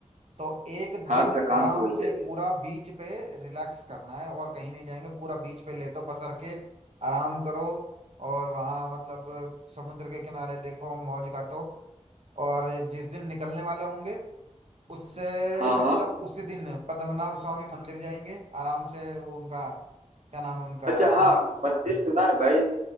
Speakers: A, on the right; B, on the right.
A: तो एक
B: हाँ
A: दिन
B: थकान
A: आराम
B: तो हो ही जाएगी
A: से पूरा बीच पे रिलैक्स करना है और कहीं नहीं जाएंगे पूरा बीच पे लेटो पसर के आराम करो और वहाँ मतलब अ, समुद्र के किनारे देखो मौज काटो और जिस दिन निकलने वाले होंगे उससे
B: हाँ
A: मतलब
B: हाँ
A: उसी दिन पद्मनाभ स्वामी मंदिर जाएंगे आराम से वो उनका क्या नाम है उनका
B: अच्छा हाँ
A: ना,
B: मंदिर सुना है भाई